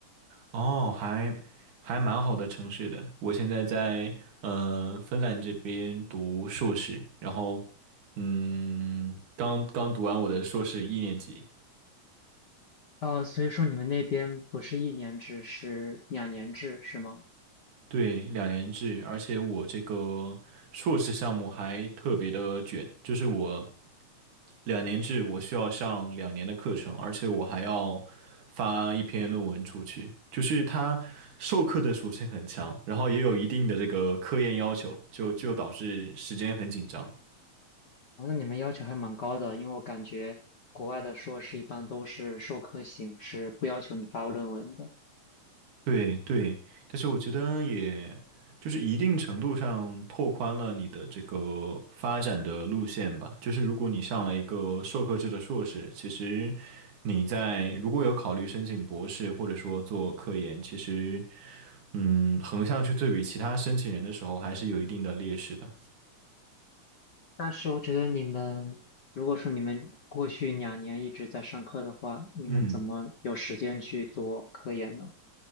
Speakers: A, on the right; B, on the left.
A: 哦，还还蛮好的城市的。我现在在呃芬兰这边读硕士，然后嗯，刚刚读完我的硕士一年级。
B: 哦，所以说你们那边不是一年制，是两年制，是吗？
A: 对，两年制，而且我这个硕士项目还特别的卷，就是我两年制，我需要上两年的课程，而且我还要发一篇论文出去，就是它授课的属性很强，然后也有一定的这个科研要求，就就导致时间很紧张。
B: 哦，那你们要求还蛮高的，因为我感觉国外的硕士一般都是授课型，是不要求你发论文的。
A: 对对，但是我觉得也就是一定程度上拓宽了你的这个发展的路线吧。就是如果你上了一个授课制的硕士，其实你在如果有考虑申请博士或者说做科研，其实嗯，横向去对比其他申请人的时候，还是有一定的劣势的。
B: 但是我觉得你们，如果说你们过去两年一直在上课的话，你们怎么有时间去做科研呢？
A: 嗯。